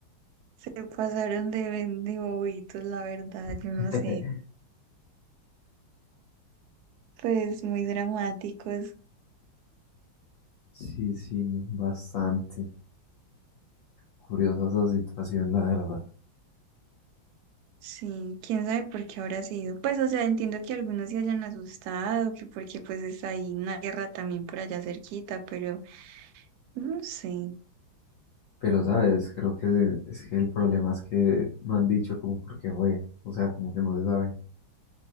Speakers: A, on the right; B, on the left.
A: se pasaron de, ben- de bobitos, la verdad,
B: <laughs>
A: yo no sé. Pues muy dramáticos.
B: Sí, sí, bastante curiosa esa situación, la verdad.
A: Sí, quién sabe por qué habrá sido. Pues, o sea, entiendo que algunos se hayan asustado, que porque pues está ahí una guerra también por allá cerquita, pero no sé,
B: Pero, ¿sabes? Creo que es que el problema es que no han dicho como por qué fue. O sea, como que no se sabe.